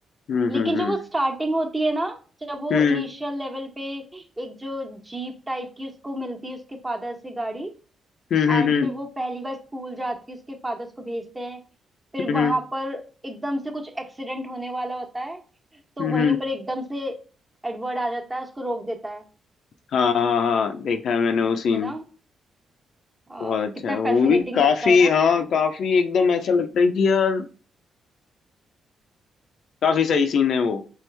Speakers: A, on the left (about 70°); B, on the right (about 15°).
A: हम्म
B: लेकिन
A: हम्म हम्म
B: जब वो स्टार्टिंग होती है ना जब वो
A: हम्म
B: इनिशियल लेवल पे एक जो जीप टाइप की उसको मिलती है उसके फादर से गाड़ी
A: हम्म
B: एंड
A: हम्म
B: फिर वो पहली बार स्कूल जाती है उसके फादर उसको भेजते हैं फिर वहां
A: हम्म हम्म
B: पर एकदम से कुछ एक्सीडेंट होने वाला होता है तो
A: हम्म,
B: वहीं
A: हम्म।
B: पर एकदम से एडवर्ड आ जाता है उसको रोक देता है
A: हाँ हाँ हाँ देखा है मैंने वो सीन
B: है ना आ,
A: बहुत अच्छा
B: कितना
A: है वो
B: फैसिनेटिंग
A: भी काफी
B: लगता है ना
A: हाँ काफी एकदम ऐसा लगता है कि यार काफी सही सीन है वो